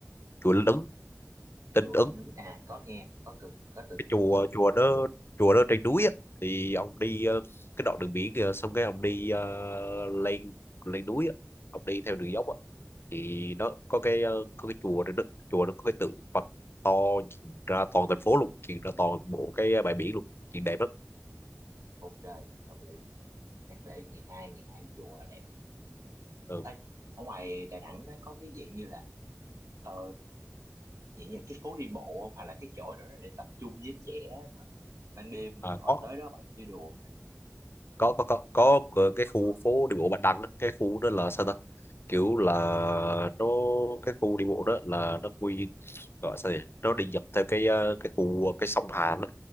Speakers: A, on the left; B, on the right.
A: chùa Linh Ứng Tinh
B: chùa
A: Ứng
B: Núi Nứng à có nghe có từng có từng
A: cái
B: từng
A: chùa
B: nghe
A: chùa
B: ừ,
A: đó chùa đó trên núi á thì ông đi ờ, cái đoạn đường biển kìa xong cái ông đi ờ, lên lên núi á ông đi theo đường dốc á thì nó có cái ờ, có cái chùa đó, đó chùa nó có cái tượng Phật to nhìn ra toàn thành phố luôn nhìn ra toàn bộ cái ờ, bãi biển luôn nhìn đẹp lắm
B: ok hợp lý chắc để ngày hai ngày hai đi chùa là đẹp
A: ừ.
B: Ê, ở ngoài Đà Nẵng nó có cái dạng như là ờ, dạng như cái phố đi bộ không? Hoặc là cái chỗ đó để tập trung với trẻ mà ban đêm mà
A: à,
B: họ
A: có
B: tới đó họ chơi đùa không ta?
A: có có có có cửa- cái khu
B: Có
A: phố đi bộ Bạch Đằng á. cái khu đó là sao ta kiểu là nó cái khu đi bộ đó là nó quy gọi sao nhỉ nó đi dọc theo cái ờ, cái khu ờ, cái sông Hàn á